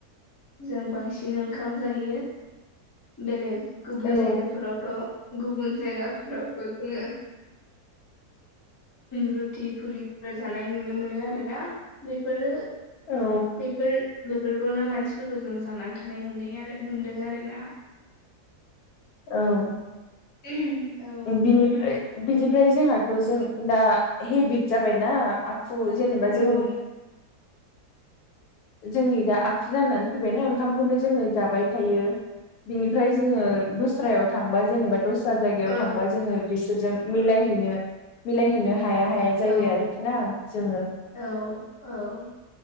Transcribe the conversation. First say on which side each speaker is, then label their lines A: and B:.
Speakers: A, on the left; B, on the left.
A: जों बांसिन ओंखाम जायो बेलेग गुबुन
B: औ
A: जायगाफोरावथ' गुबुन जायगाफोरावबो जोङो रुथि फुरिफोर जानाय नुनो मोनो आरोना। बेफोरो
B: औ
A: बेफोर बेफोरखौनो मानसि फोरखौ जों जानानै थानाय नुयो आरो मोनदों आरोना।
B: औ
A: औ
B: बिनिफ्राय बिनिफ्राय जोंहाथ' जों दा हेबिट जाबायना आखु जेनेबा
A: औ
B: जों
A: नोंथाङा
B: जोंनि दा आखु जानानै फैबायना ओंखामखौनो जोङो जाबाय थायो बिनिफ्राय जोङो दस्रायाव थांबा जेनेबा दस्रा
A: औ
B: जायगायाव थांबा जोङो बिसोरजों मिलायहैनो मिलायहैनो हाया हाया
A: औ
B: जायो आरोखि ना जोङो।
A: औ औ